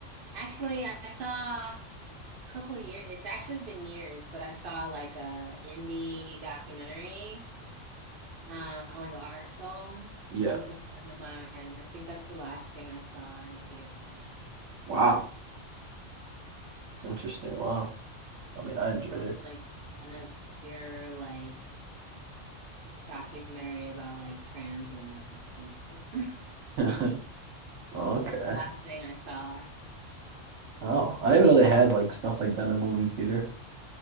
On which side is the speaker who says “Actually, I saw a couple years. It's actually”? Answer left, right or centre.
Right